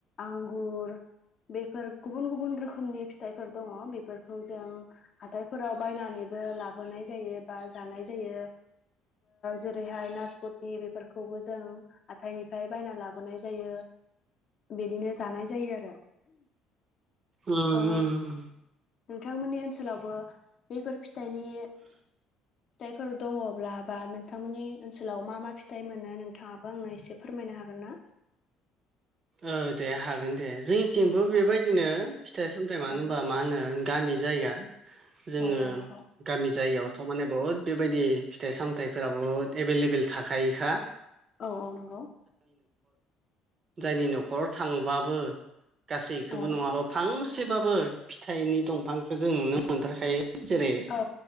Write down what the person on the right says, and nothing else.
उ
औ दे हागोन दे जोंनिथिंबो बेबायदिनो
फिथाइ सामथायाइ मानो
होनबा मा होनो गामि जायगा जोङो
गामि जायगायावथ' माने बहुद बेबायदि फिथाइ सामथाइफोरा बुहुत एभेलेबल थाखायोखा
जायनि न'खराव थाङोबाबो गासैखौबो
नङाबा फांसेबाबो फिथाइनि दंफांखौो जों नुनो मोनथारखायो जेरै